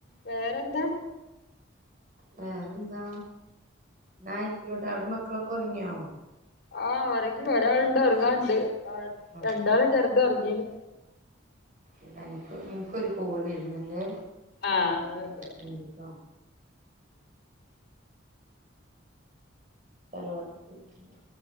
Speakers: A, on the left; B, on the right.
A: വേറെന്താ
B: വേറന്താ ഇന്നായ്ക്കോട്ടെ അവിടെ മക് മക്കളൊക്കൊറങ്ങിയോ
A: ആഹ് ഒറങ്ങി ഒരാൾ ണ്ട് ഒറങ്ങാണ്ട് ആ
B: ആഹ്
A: രണ്ടാള ചെർ ണ്ടും ഒറങ്ങിണ്
B: എടാ എനിക്ക് ഇൻക്കൊരു കോൾ വര് പിന്നെ എന്ത്
A: ആഹ് ന്നാ ആയിക്കോട്ടെ
B: വിളിക്കണ്ട് ട്ടോ തറവാട്ടിൽ പോയിക്കണ്